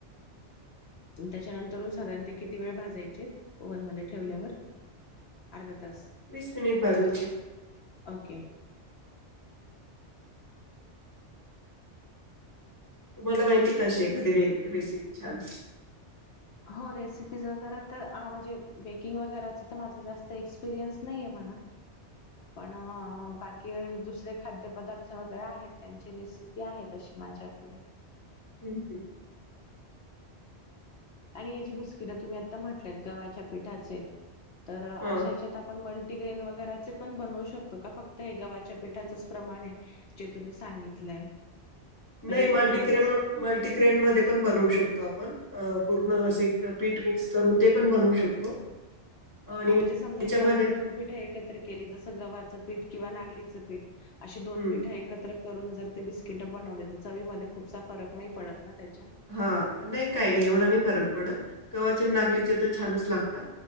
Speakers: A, on the left; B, on the left.
A: आणि त्याच्यानंतर साधारण ते किती वेळ भाजायचे ओव्हन मध्ये ठेवल्यावर. अर्धा तास.
B: वीस मिनिट भाजायचे. <inaudible>
A: ओके.
B: तुम्हाला माहिती का अशी एखादी रेसिपी छान.
A: हो रेसिपीज वगैरे तर म्हणजे बेकिंग वगैरेच तर माझं जास्त एक्सपिरियन्स नाही आहे म्हणा. <inaudible> पण बाकी कि दुसरे खाद्यपदार्थ वगैरे आहेत त्यांची रेसिपी आहेत तशी माझ्याकडे.
B: हम् हम.
A: आणि हेजी बिस्किट तुम्ही आता म्हटल्यात गव्हाच्या पिठाचे, तर अशा
B: हां.
A: याच्यात पण मल्टीग्रेन वगैरेचे पण बनवू शकतो का फक्त हे गव्हाच्या पीठाचंच प्रमाण आहे? जे तुम्ही सांगितलंय. म्हणजे
B: नाही मल्टीक्रेन,
A: अ, जसं
B: मल्टीग्रेन मध्ये पण बनवू शकतो. आपण पूर्ण असे पीठ मिक्स करून ते पण बनवू शकतो. आणि
A: हा म्हणजे
B: त्याच्यामध्ये
A: समजा जर आपण दोन पीठ एकत्र केली जसं गव्हाचं पीठ किंवा नागलीचं पीठ अशी दोन
B: हं.
A: पीठं एकत्र करून जर ते बिस्किट बनवले तर चवी मध्ये खूपसा फरक नाही पडत ना त्याच्या?
B: हा नाही काही नाही एवढा नाही फरक पडत गव्हाच्या नागलीच तर छानच लागत.